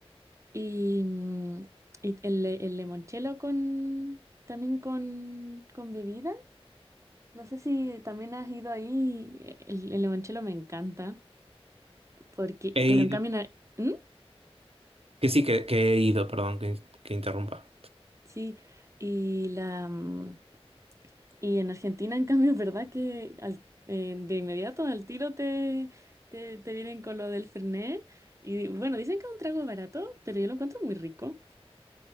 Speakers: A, on the right; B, on the right.
A: y, mm, y el, le- el limoncello con, también con, con bebida. No sé si también has ido ahí, eh, el, el limoncello me encanta, porque,
B: He
A: pero en
B: Claro.
A: cambio,
B: ido,
A: en Ar- ¿Mm?
B: que sí, que, que he ido, perdón, que, que interrumpa.
A: sí, y la, mm, Y en Argentina, en cambio, es verdad que al- eh, de inmediato, al tiro, te, te, te vienen con lo del Fernet. Y bueno, dicen que es un trago barato, pero yo lo encuentro muy rico.